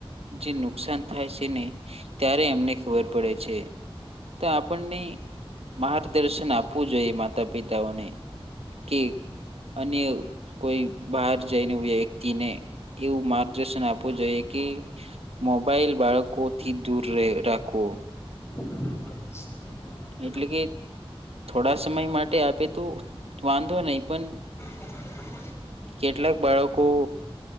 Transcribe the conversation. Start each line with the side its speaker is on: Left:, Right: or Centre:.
Right: જે નુકસાન થાય છે ને, ત્યારે એમને ખબર પડે છે. તો, આપણને માર્ગદર્શન આપવું જોઈએ માતા-પિતાઓને. કે અન્ય કોઈ બહાર જઈને ને એવું માર્ગદર્શન આપવું જોઈએ કે, મોબાઈલ બાળકોથી દૂર રહે. દૂર રાખો.
Left: હ. <unintelligible>
Right: એટલે કે થોડા સમય માટે આપે તો વાંધો નહીં પણ
Left: <unintelligible>
Right: કેટલાક બાળકો